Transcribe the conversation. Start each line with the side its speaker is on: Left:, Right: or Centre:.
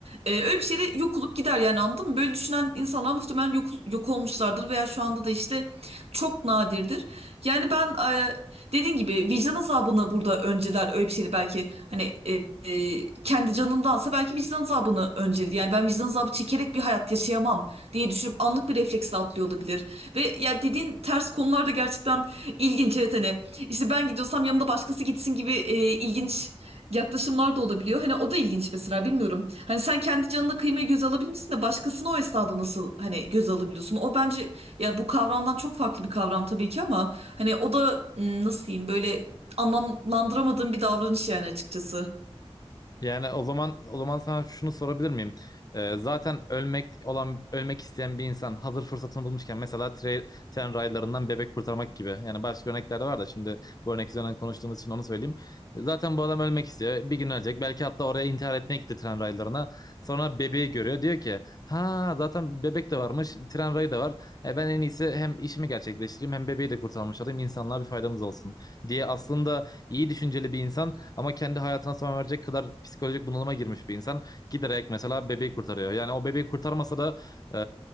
Right: e, öyle bir şeyde yok olup gider yani anladın mı? Böyle düşünen insanlar muhtemelen yok, yok olmuşlardır veya şu anda da işte çok nadirdir. Yani ben e, dediğin gibi vicdan azabını burada önceler öyle bir şeydi belki hani e, e, kendi canındansa belki vicdan azabını önceledi. Yani ben vicdan azabı çekerek bir hayat yaşayamam diye düşünüp anlık bir refleksle atlıyor olabilir. Ve ya dediğin ters konularda gerçekten ilginç. Evet hani işte ben gidiyorsam yanımda başkası gitsin gibi e, ilginç yaklaşımlar da olabiliyor. Hani o da ilginç mesela bilmiyorum. Hani sen kendi canına kıymayı göze alabilmişsin de başkasını o esnada nasıl hani göze alabiliyorsun? O bence ya bu kavramdan çok farklı bir kavram tabii ki ama hani o da m, nasıl diyeyim böyle anlamlandıramadığım bir davranış yani açıkçası.
Left: Yani o zaman o zaman sana şunu sorabilir miyim? Ee, zaten ölmek olan ölmek isteyen bir insan hazır fırsatını bulmuşken mesela tre- tren raylarından bebek kurtarmak gibi. Yani başka örnekler de var da şimdi bu örnek üzerinden konuştuğumuz için onu söyleyeyim. Zaten bu adam ölmek istiyor. Bir gün ölecek. Belki hatta oraya intihar etmeye gitti tren raylarına. Sonra bebeği görüyor. Diyor ki ha zaten bebek de varmış. Tren rayı da var. E, ben en iyisi hem işimi gerçekleştireyim hem bebeği de kurtarmış olayım. İnsanlığa bir faydamız olsun diye aslında iyi düşünceli bir insan ama kendi hayatına son verecek kadar psikolojik bunalıma girmiş bir insan. Giderek mesela bebeği kurtarıyor. Yani o bebeği kurtarmasa da e,